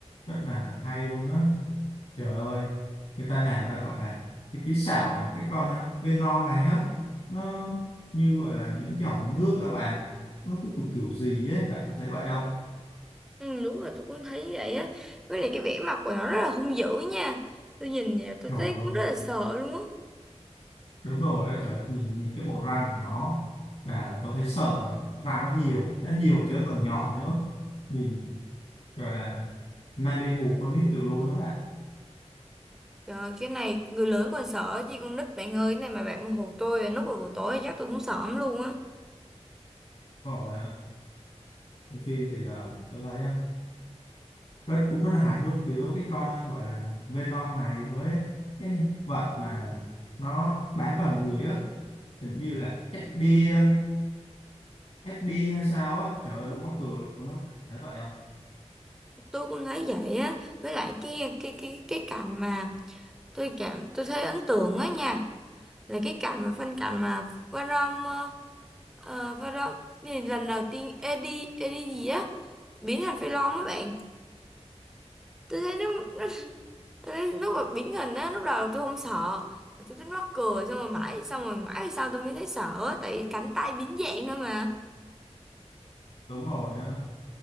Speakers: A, on the left; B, in the centre.
A: rất là hay luôn đó trời ơi người ta làm ra gọi là cái kỹ xảo mà cái con ờ, Venom này á nó như gọi là những dòng nước các bạn nó cứ kiểu kiểu gì ấy bạn có thấy vậy không
B: Ừ, đúng rồi, tôi cũng thấy vậy á. Với lại cái vẻ mặt của nó rất là hung dữ nha. Tôi nhìn vậy tôi
A: trời
B: thấy cũng
A: ơi
B: rất là sợ luôn á.
A: đúng rồi á trời ơi, nhìn nhìn cái bộ răng của nó là tôi thấy sợ rồi răng nó nhiều nó nhiều chứ còn nhỏ nữa mình gọi là Mandy hù con nít được luôn đó bạn
B: Trời ơi, cái này người lớn còn sợ chứ con nít bạn ơi, cái này mà bạn mà hù tôi lúc vào buổi tối chắc tôi cũng sợ lắm luôn á.
A: Còn trong phim thì ờ, tôi thấy ờ, rất cũng rất là hài hước giữa cái con ờ, gọi là Venom này với cái nhân vật mà nó bám vào người á hình như là Eddie Eddie hay sao á trời ơi đúng mắc cười luôn đó thấy vậy không
B: Tôi cũng thấy vậy á. Với lại cái cái cái cái cảnh mà tôi cảm tôi thấy ấn tượng á nha là cái cảnh mà phân cảnh mà Varom uh, Varom gì lần đầu tiên Eddie Eddie gì á biến thành phi long á bạn tôi thấy nó nó tôi thấy lúc mà biến hình á lúc đầu tôi không sợ mà tôi thấy mắc cười xong rồi mãi xong rồi mãi về sau tôi mới thấy sợ á, tại vì cánh tay biến dạng nữa mà
A: đúng rồi ờ,